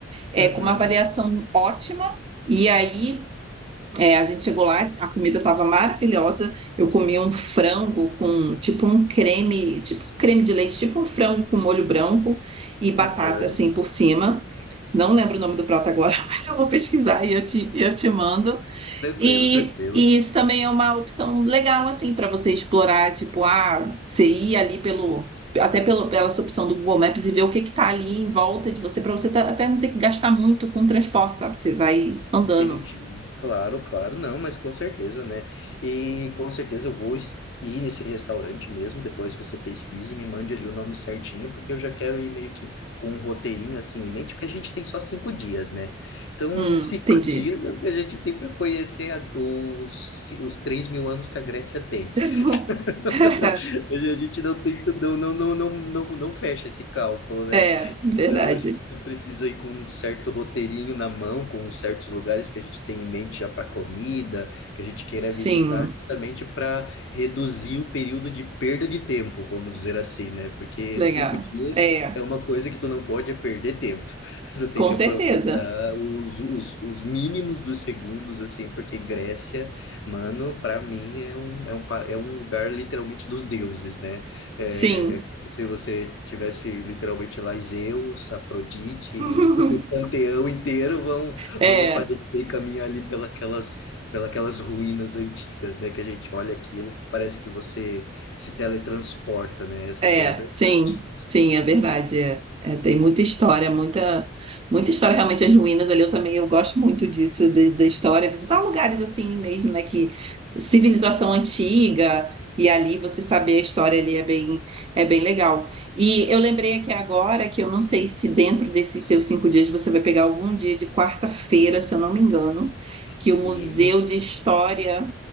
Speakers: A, on the right; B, on the left.
A: é,
B: Uhum,
A: com uma avaliação ótima. E aí é, a gente chegou lá, a comida estava maravilhosa. Eu comi um frango com tipo um creme, tipo um creme de leite, tipo um frango com molho branco e batata
B: aham,
A: assim por cima. Não lembro o nome do prato agora, <laughs> mas eu vou pesquisar e eu te, eu te mando.
B: Tranquilo,
A: E,
B: tranquilo.
A: e isso também é uma opção legal, assim, para você explorar, tipo, ah, você ir ali pelo, até pelo, pela sua opção do Google Maps e ver o que que tá ali em volta de você, para você tá- até não ter que gastar muito com transporte, sabe? Você vai andando.
B: Entendi, claro, claro, não, mas com certeza, né? E com certeza eu vou es- ir nesse restaurante mesmo. Depois você pesquise e me mande ali o nome certinho, porque eu já quero ir meio que com um roteirinho assim em mente, porque a gente tem só cinco dias, né? Então,
A: Hum,
B: em cinco
A: entendi.
B: <laughs> dias é o que a gente tem para conhecer a- os, ci- os três mil anos que a Grécia tem.
A: <laughs>
B: <laughs> Hoje a gente não tem, não, não, não, não, não, não fecha esse cálculo, né?
A: É, verdade.
B: Então a gente precisa ir com um certo roteirinho na mão, com certos lugares que a gente tem em mente já para comida, que a gente queira
A: Sim,
B: visitar justamente para reduzir o período de perda de tempo, vamos dizer assim, né? Porque
A: legal.
B: cinco dias
A: É,
B: é uma coisa que tu não pode é perder tempo. <laughs> Tu tem
A: com
B: que
A: certeza.
B: aproveitar os, os, os mínimos dos segundos, assim, porque Grécia. Mano, pra mim é um, é um, pa- é um lugar literalmente dos deuses, né? É,
A: Sim.
B: é como se você tivesse literalmente lá Zeus, Afrodite,
A: <laughs>
B: o, <laughs> o panteão inteiro vão,
A: É.
B: vão aparecer e caminhar ali pelas, pelas ruínas antigas, né? Que a gente olha aquilo, parece que você se teletransporta, né? Essa
A: É,
B: que é a verdade.
A: sim, sim, é verdade. É. É, tem muita história, muita, muita história. Realmente, as ruínas ali, eu também eu gosto muito disso, de- da história. Visitar lugares assim mesmo, né? Que civilização antiga, e ali você saber a história ali é bem, é bem legal. E eu lembrei aqui agora que eu não sei se dentro desses seus cinco dias você vai pegar algum dia de quarta-feira, se eu não me engano, que
B: Sim,
A: o Museu de História.